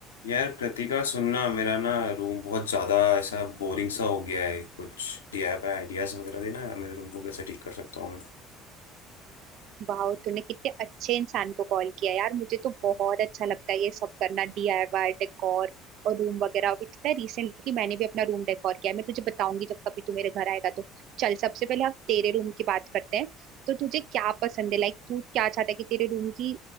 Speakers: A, on the left; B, on the right.
A: यार कृतिका सुनना मेरा ना रूम बहुत ज्यादा ऐसा बोरिंग सा हो गया है कुछ डीआईवाई आइडियाज वगैरह देना यार मेरे रूम को कैसे ठीक कर सकता हूँ मैं
B: वाह तूने कितने अच्छे इंसान को कॉल किया यार मुझे तो बहुत अच्छा लगता है ये सब करना डीआईवाई डेकोर और रूम वगैरह अभी पता है रिसेंटली मैंने भी अपना रूम डेकोर किया है मैं तुझे बताऊंगी जब कभी तू मेरे घर आएगा तो चल सबसे पहले हम तेरे रूम की बात करते हैं तो तुझे क्या पसंद है लाइक तू क्या चाहता है कि तेरे रूम की